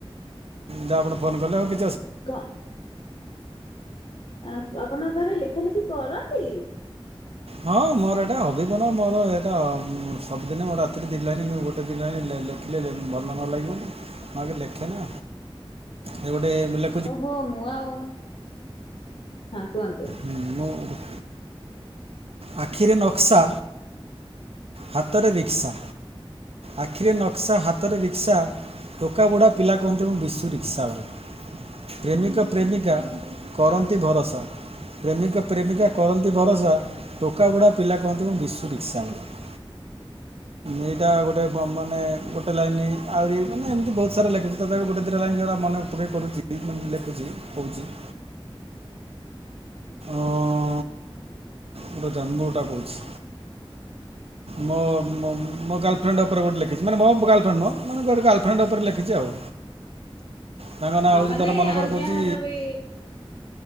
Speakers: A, on the right; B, on the left.
A: ଯାହା ଆପଣ ଫୋନ୍ କଲେ ହୋଉ କି
B: କ ଆ, ଆପଣ ତହାରେ ଲେଖା ଲେଖି କରନ୍ତି?
A: ହଁ ମୋର ଏଇଟା ହବି ମନା ମୋର ହେଟା ମୁଁ ସବୁଦିନେ ମୋ ରାତିରେ ଦି ଲାଇନି ମୁଁ ଗୋଟେ ଦି ଲାଇନି ଲେ ଲେଖେ। ଖିଲେ ଭଲ ନ ଲାଗିବ। ମୁଁ ଆଗେ ଲେଖେ ନା ଏ ଗୋଟେ ମୁଁ ଲେ
B: ଓହୋ! ମୁଁ ଆଉ ହଁ କୁହନ୍ତୁ।
A: ହଁ ମୋର ଆଖିରେ ନକ୍ସା ହାତରେ ରିକ୍ସା ଆଖିରେ ନକ୍ସା ହାତରେ ରିକ୍ସା ଟୋକା ବୁଢା ପିଲା କୁହନ୍ତି ମୁଁ ବିଶୁ ରିକ୍ସା ବାଲା। ପ୍ରେମିକ ପ୍ରେମିକା କରନ୍ତି ଭରସା ପ୍ରେମିକ ପ୍ରେମିକା କରନ୍ତି ଭରସା ଟୋକା ବୁଡ଼ା ପିଲା କହନ୍ତି ମୁଁ ବିଶ୍ୱ ରିସ୍କା ବାଲା।
B: ହ
A: ଏଇଟା ଗୋଟେ ବ-ମାନେ ଗୋଟେ ଲାଇନି ଆଉରି ମାନେ ଏମିତି ବହୁତ ସାରା ଲେଖୁଛି। ତଥାପି ଗୋଟେ ଦିଟା ଲାଇନ୍ ଯୋଉଟା ମନେ <inaudible> କରୁଚି ମାନେ ଲେଖୁଚି, କହୁଚି
B: ହ
A: ଅଁ, ଗୋଟେ ଜନ୍ମଟା କହୁଛି।
B: ହ
A: ମୋ ମୋ ମୋ ଗାଲଫ୍ରେଣ୍ଡ ଉପରେ ଗୋଟେ ଲେଖଛି। ମୋ ଗାଲଫ୍ରେଣ୍ଡ ନୁହଁ ମାନେ ଯାହାର ଗାଲଫ୍ରେଣ୍ଡ ଉପରେ ଲେଖିଚୀ ଆଉ। ତାଙ୍କ ନାଁ
B: ହଁ
A: ହେଉଛି
B: ମାନେ
A: ଧର ମନେକର
B: ଆଉ
A: କହୁଛି
B: ଯାହାର ବି